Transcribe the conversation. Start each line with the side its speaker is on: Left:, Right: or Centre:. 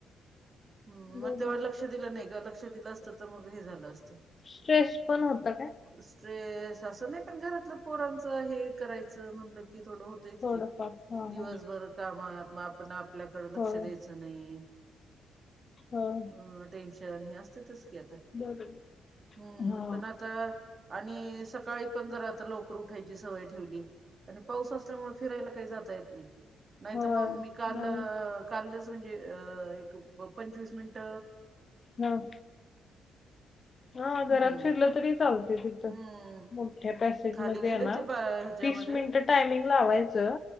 Right: <inaudible> मग
Left: बरोबर
Right: तेव्हा लक्ष लक्ष दिलं नाही गं. लक्ष दिलं असतं तर मग हे झालं असतं.
Left: स्ट्रेस पण होत काय?
Right: स्ट्रेस असं नाही, पण घरातलं पोरांचं हे करायचं म्हणलं की थोडं होत होते च
Left: थोडंफार
Right: की.
Left: हा
Right: <inaudible> दिवसभर
Left: हा
Right: कामात, मग आपण आपल्याकडं लक्ष
Left: होय
Right: द्यायचं नाही.
Left: होय
Right: अहं टेन्शन हे असते तस की आता. <inaudible>
Left: बरोबर
Right: हम्म
Left: हा
Right: पण आता आणि सकाळी पण जरा आता लवकर उठायची सवय ठेवली. आणि पाऊस असल्यामुळे फिरायला काही जाता येत नाही. नाहीतर
Left: होय
Right: मग मी काल
Left: नाही
Right: अ कालच म्हणजे एक पंचवीस मिनिट
Left: हम्म. हा घरात
Right: हम्म
Left: फिरलं तरी चालत तिथं
Right: हम्म.
Left: मोठ्या पॅसेज
Right: खाली
Left: मध्ये
Right: गेले
Left: ना,
Right: ते बा ह्याच्यामध्ये
Left: तीस मिनिटं टायमिंग लावायचं